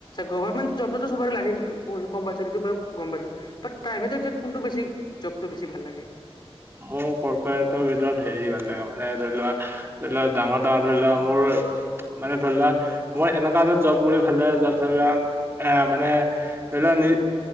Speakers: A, on the left (about 45°); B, on the right (about 20°).
A: গভৰমেণ্ট জৱটো চোৱৰে লাগে সেইটো কম্পাচাৰি সেইটো বাৰু গম পাইছোঁ। বাত প্ৰাইভেটৰ কোনটো বেছি জবটো বেছি ভাল লাগে।
B: মোৰ কৰ্পৰেটৰ ভিতৰত হেৰি ভাল লাগে মানে ধৰি লোৱা। ধৰি ল' ডাঙৰ, ডাঙৰ ধৰি ল' মোৰ। মানে ধৰি লোৱা মই এনেকুৱা এটাত জব কৰি ভালে যত ধৰি লোৱা এ মানে ধৰি লোৱা